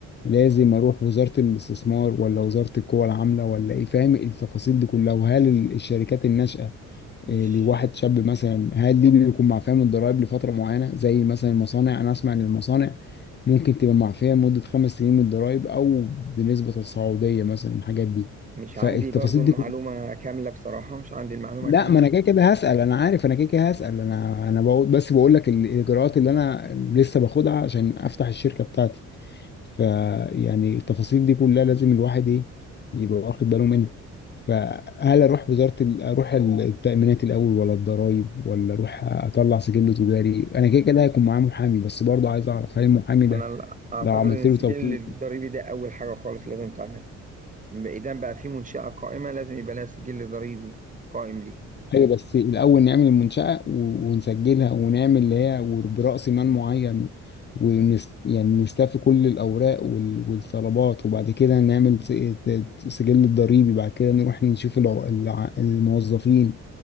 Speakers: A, on the left; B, on the right.
A: لازم اروح وزاره الاستثمار ولا وزاره القوى العامله ولا ايه فاهم التفاصيل دي كلها وهل ال- الشركات الناشئه
B: مش
A: إيه، لواحد شاب مثلا هل دي بيكون معفية من الضرائب لفترة معينة زي مثلا المصانع أنا أسمع إن المصانع ممكن تبقى معفية لمدة خمس سنين من الضرائب أو بنسبة تصاعدية مثلا الحاجات دي
B: مش
A: فالتفاصيل
B: عندي برضو المعلومه
A: دي كلها
B: كامله بصراحه مش عندي المعلومه
A: لا
B: كامله
A: ما أنا كده كده هسأل أنا عارف أنا كده كده هسأل أنا أنا بقول بس بقول لك الإجراءات اللي أنا لسه باخدها عشان أفتح الشركة بتاعتي فيعني التفاصيل دي كلها لازم الواحد إيه يبقى واخد باله منها فهل اروح وزاره ال- اروح التامينات الاول ولا الضرايب ولا اروح اطلع سجل تجاري انا كده كده هيكون معايا محامي بس برضه عايز اعرف هل المحامي ده
B: انا ال- اعتقد
A: لو عملت
B: ان السجل
A: له توكيل
B: الضريبي ده اول حاجه خالص لازم تعملها اذا بقى في منشاه قائمه لازم يبقى لها سجل ضريبي قائم ليه
A: ايوه بس الاول نعمل المنشاه و- ونسجلها ونعمل اللي هي ور- براس مال معين ونست يعني نستفي كل الاوراق وال- والطلبات وبعد كده نعمل س- ت- ت- سجل الضريبي بعد كده نروح نشوف الع- الع- الموظفين